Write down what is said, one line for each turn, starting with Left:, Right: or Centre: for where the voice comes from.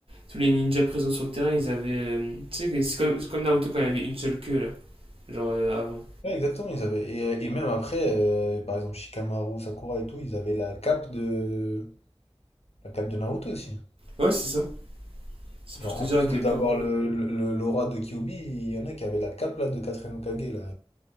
Right: tous les ninjas présents sur le terrain, ils avaient. euh, tu sais, c'est comme, c'est comme Naruto quand il avait une seule queue, là, genre euh, avant.
Left: Ouais, exactement, ils avaient. Et, euh, et même après, euh, par exemple, Shikamaru, Sakura et tout, ils avaient la cape de, la cape de Naruto aussi.
Right: Ouais, c'est ça. C'est pour
Left: Genre,
Right: te
Left: en
Right: dire
Left: plus
Right: à quel
Left: de d'avoir
Right: point.
Left: le, le- le- l'aura de Kyuubi, il y en a qui avaient la cape là, de 4ème Hokage. Là.